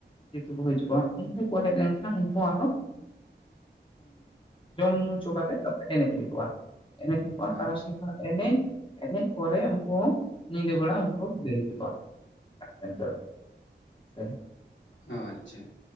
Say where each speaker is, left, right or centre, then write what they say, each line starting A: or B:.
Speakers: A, on the left; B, on the left.
A: ᱡᱮᱦᱮᱛᱩ ᱠᱚ ᱦᱟᱹᱡᱩᱜᱼᱟ ᱩᱱᱠᱩ ᱠᱚ ᱦᱮᱡ ᱞᱮᱱᱠᱷᱟᱱ ᱩᱱᱠᱩ ᱟᱨᱚ ᱡᱚᱢ ᱧᱩ ᱦᱚᱪᱚ ᱠᱟᱛᱮ ᱛᱟᱯᱚᱨᱮ ᱮᱱᱮᱡ ᱦᱩᱭᱩᱜᱼᱟ ᱮᱱᱮᱡ ᱦᱩᱭᱩᱜᱼᱟ
B: ᱟᱪᱪᱷᱟ
A: ᱛᱟᱨᱟᱥᱤᱧ ᱮᱱᱮᱡ ᱮᱱᱮᱡ ᱯᱚᱨᱮ ᱩᱱᱠᱩ ᱦᱚᱸ ᱧᱤᱫᱟᱹ ᱵᱮᱲᱟ ᱩᱱᱠᱩ ᱦᱚᱸ ᱵᱤᱫᱟᱹᱭ ᱦᱩᱭᱩᱜᱼᱟ <inaudible> ᱥᱮᱱ
B: ᱚ ᱟᱪᱪᱷᱟ